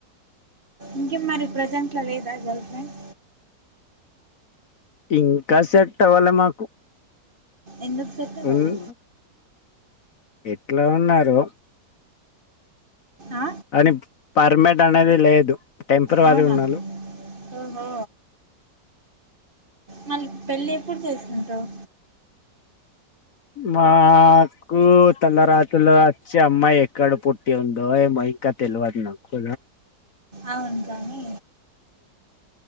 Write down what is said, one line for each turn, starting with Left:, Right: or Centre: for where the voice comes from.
Right: ఇంక మరి ప్రజెంట్ లో లేదా గర్ల్ ఫ్రెండ్
Left: ఇంకా సెట్ అవ్వాలే మాకు
Right: ఎందుకు సెట్ అవ్వదు
Left: ఉన్- ఎట్లా ఉన్నారు
Right: ఆ
Left: అని పర్మినెంట్ అనేది లేదు టెంపరీవరీ
Right: అవునా
Left: ఉన్నారు
Right: ఓహో మళ్ళీ పెళ్ళి ఎప్పుడు చేసుకుంటావు
Left: మాకు తల రాతలో వచ్చే అమ్మాయి ఎక్కడ పుట్టి ఉందో ఏమో ఇంకా తెల్వదు నాకు
Right: అవును కాని